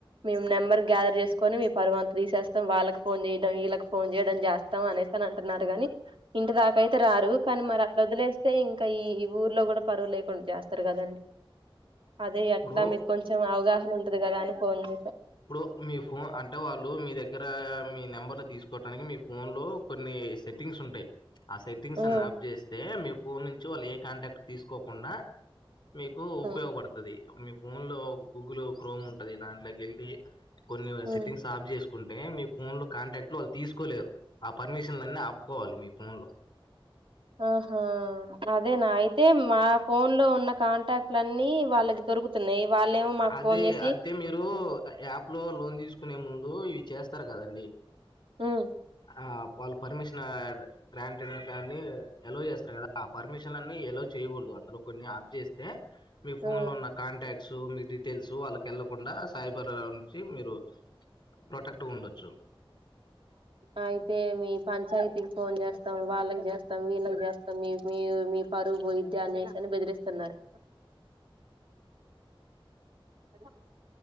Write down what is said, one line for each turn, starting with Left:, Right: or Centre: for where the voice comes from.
Right: మేము నెంబర్ గ్యాదర్ చేసుకొని మి పరు అంత తీసేస్తాం, వాళ్ళకి ఫోన్ చేయడం వీళ్ళకి ఫోన్ చేయడం చేస్తాం అనేసి అని అంటున్నారు గానీ, ఇంటి దాకయితే రారు, కానీ మరి అ. అట్లా వదిలేస్తే ఇంకా ఈ, ఊర్లో కూడా పరువు లేకుండా, చేస్తారు కదండి. అదే
Left: ఇప్పుడు
Right: ఎట్లా మీకు కొంచెం, అవగాహన ఉ. ఉంటది గదా అని, ఫోన్ చేసా.
Left: ఇప్పుడు మీ ఫోన్ అంటే వాళ్ళు మీ దగ్గర, మీ నెంబర్ తీసుకోవటానికి మీ ఫోన్ లో, కొన్ని, సెట్టింగ్స్, ఉంటాయి. ఆ సెట్టింగ్స్
Right: ఉమ్,
Left: అన్నీ, ఆప్ చేస్తే మీ. ఫోన్ నుంచి వాళ్ళు ఏ కాంటాక్ట్ తీసుకోకుండా. మీకు ఉపయోగపడుతది.
Right: ఉమ్,
Left: మీ ఫోన్ లో గూగుల్ క్రోమ్ ఉంటది దాంట్లోకి కెళ్ళి కొన్ని స
Right: ఉమ్.
Left: సెట్టింగ్ ఆఫ్ జెస్ ఉంటే మీ ఫోన్ లో కాంటాక్ట్ లో వాళ్ళు తీసుకోలేరు ఆ పర్మిషన్లన్ని ఆపుకోవాలి మీ ఫోన్ లో
Right: ఆహా అదేనా అయితే మా ఫోన్ లో ఉన్న కాంటాక్ట్లఅన్నీ వాళ్ళకి దొరుకుతున్నాయి వాళ్ళేమో మాకు
Left: అదే
Right: ఫోన్ చేసి
Left: అంటే మీరు యాప్ లో లోన్ తీసుకునే ముందు ఉ ఇవి చేస్తారు కదండి
Right: ఉమ్.
Left: ఆ వాళ్ళు పర్మిషన్ గ్రాంటెడ్ అని ఎలో చేస్తారు కదా ఆ పర్మిషన్ అన్ని ఎలో చేయకూడదు అందులో కొన్ని ఆప్ చేస్తే మీ ఫోన్
Right: ఆ
Left: లో ఉన్న కాంటాక్ట్స్ మీ డీటెయిల్స్ వాళ్ళకి ఎళ్ళకుండా సైబర్ నుంచి మీరు ప్రొటెక్ట్గా ఉండొచ్చు
Right: అయితే మీ పంచాయతీకి ఫోన్ చేస్తాం వాళ్ళకి చేస్తాం వీళ్ళకి చేస్తాం మీ మీ మీ పరువు పోయిద్ది అని అనేసి బెదిరిస్తున్నారు అద <unintelligible>